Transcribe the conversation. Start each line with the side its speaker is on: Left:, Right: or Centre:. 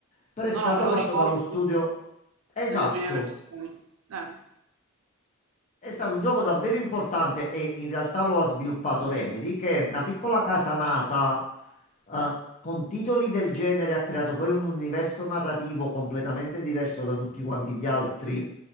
Left: però è stato
Right: No, no, me lo
Left: fatto
Right: ricordo
Left: dallo studio. Esatto.
Right: delle prime versioni. Eh,
Left: È stato un gioco davvero importante e in realtà lo ha sviluppato Remedy, che è una piccola casa nata eh, con titoli del genere, ha creato poi un universo narrativo completamente diverso da tutti quanti gli altri,